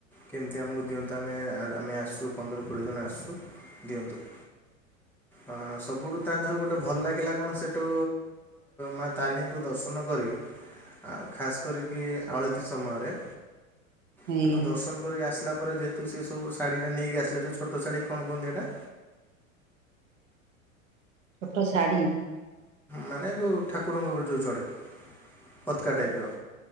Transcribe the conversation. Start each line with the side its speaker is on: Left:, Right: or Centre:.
Centre: କେମିତି ଆମକୁ ଦିଅନ୍ତୁ ଆମେ ଆ ଆମେ ଆସୁ ପନ୍ଦର କୋଡ଼ିଏ ଜଣ ଆସୁ ଦିଅନ୍ତୁ। ଆ ସବୁଠୁ ତାଧେର ଗୋଟ ଭଲ ଲାଗିଲା କଣ ସେଠୁ ମା ତାରିଣୀଙ୍କୁ ଦର୍ଶନ କରିକି। ଆଉ ଖାସ୍ କରିକି ଆଳତି ସମୟରେ।
Right: ଆଜ୍ଞା।
Centre: ସେଠୁ ଦର୍ଶନ କରିକି ଆସିଲା ପରେ ଯେହେତୁ ସେ ସବୁ ଶାଢୀ ଜା ନେଇକି ଆସିଲେ ଯେଉଁ ଛୋଟ ଶାଢ଼ୀ କଣ କୁହନ୍ତି ଏଇଟା?
Right: ଅଟ ଶାଢ଼ୀ।
Centre: ମାନେ ଯେଉଁ ଠାକୁରଙ୍କ ଉପରେ ଯେଉଁ ଚଢ଼େ ପତକା ଟାଇପ୍ ର।